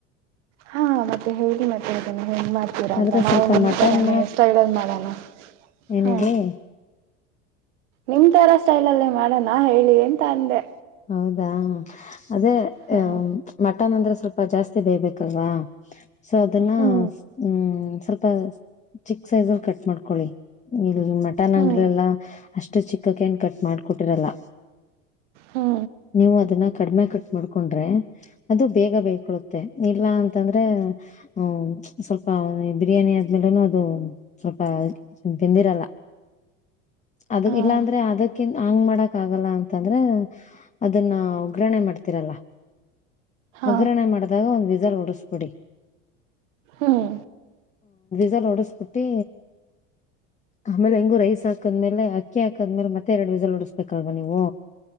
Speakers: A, on the right; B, on the left.
A: ಹಾ ಮತ್ತೆ ಹೇಳಿ ಮತ್ತೆ ಹೇಗ್ ಮಾಡ್ತೀರಾ ಅಂತ
B: ಆದ್ರೆ
A: ನಾವು
B: ಸ್ವಲ್ಪ
A: ನಿಮ
B: ಮಟನ್
A: ತರ ಸ್ಟೈಲಲ್ಲಿ ಮಾಡಣ
B: ಏನ್
A: ಹ
B: ಹೇಳಿ
A: ನಿಮ ತರ ಸ್ಟೈಲ ಅಲ್ಲ ಮಾಡಣ. ನಾ ಹೇಳಿ ಅಂತ ಅಂದೆ.
B: ಹೌದಾ. ಅದೇ
A: ಹಾಂ
B: ಮತ್ತೆ. ಮಟನ್ ಅಂದ್ರೆ ಸ್ವಲ್ಪ ಜಾಸ್ತಿ ಬೇಯಬೇಕಲ್ವಾ. ಸೊ ಅದನ್ನ
A: ಹ್ಞೂ
B: ಹ್ಮ್. ಸ್ವಲ್ಪ ಚಿಕ್ ಸೈಜ್ ಅಲ್ಲಿ ಕಟ್ ಮಾಡ್ಕ. ಇಲ್ಲಿ ಮಟನ್ ನಂಗೆಲ್ಲಾ
A: ಹ್ಞೂ
B: ಅ. ಅಷ್ಟು ಚಿಕ ಕೆನ್ ಕಟ್ ಮಾಡ್ಕೊಟ್ಟಿರಲ್ಲ.
A: ಹ್ಞೂ
B: ನೀವು ಅದನ್ನ ಕಡಿಮೆ ಕಟ್. ಮಾಡ್ಕೊಂಡ್ರೆ ಅದು ಬೇಗ ಬೇಯಿಕೊಳುತ್ತೆ ಇಲ್ಲ ಅಂತಂದ್ರೆ ಹ ಸ್ವಲ್ಪ ಬಿರಿಯಾನಿ ಆದ್ಮೇಲೆನು ಅದು ಸ್ವಲ್ಪ ಬೆಂದಿರಲ್ಲ. ಅದು
A: ಹಾಂ
B: ಇಲ್ಲಾಂದ್ರೆ ಅದಕ್ಕಿನ್ ಹಂಗ್ ಮಾಡಕ್. ಆಗಲ್ಲ ಅಂತಂದ್ರೆ. ಅದನ್ನ ಉಗ್ರಣೆ ಮಾಡ್ತೀರಲ್ಲ.
A: ಹಾ
B: ಒಗ್ಗರಣ ಮಾಡಿದಾಗ ಒಂದ್ ವಿ- ವಿಜಲ್ ಉಡಿಸ್ಬಿಡಿ.
A: ಹ್ಮ್.
B: ಸಲ್ ಹೊಡಸ್ಬಿಟ್ಟಿ ಆಮೇಲೆ ಹೆಂಗು ರೈಸ್ ಹಾಕದ್ಮೇಲೆ ಅಕ್ಕಿ ಹಾಕದ್ಮೇಲೆ ಮತ್ತೆ ಎರಡು ವಿಸಲ್ ಹೊಡಸ್ಬೇಕಲ್ವಾ ನೀವು.